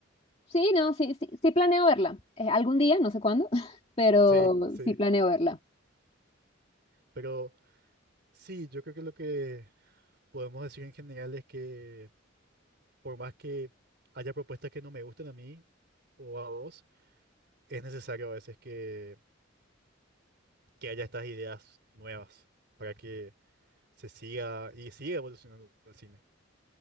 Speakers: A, on the left (about 30°); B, on the right (about 55°).
A: Sí, no, sí, sí, sí planeo verla. Eh, algún día, no sé cuándo, <laughs> pero
B: Sí, sí.
A: sí planeo verla.
B: Pero sí, yo creo que lo que podemos decir en general es que por más que haya propuestas que no me gusten a mí o a vos, es necesario a veces que, que haya estas ideas nuevas para que se siga y siga evolucionando el cine.